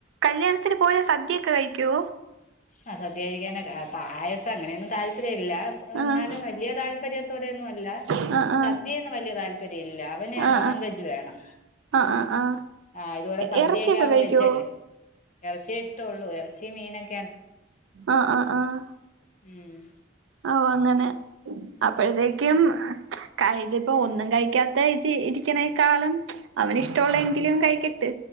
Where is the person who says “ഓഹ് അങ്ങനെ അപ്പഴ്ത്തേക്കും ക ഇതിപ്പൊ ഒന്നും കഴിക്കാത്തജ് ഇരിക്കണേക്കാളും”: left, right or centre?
Right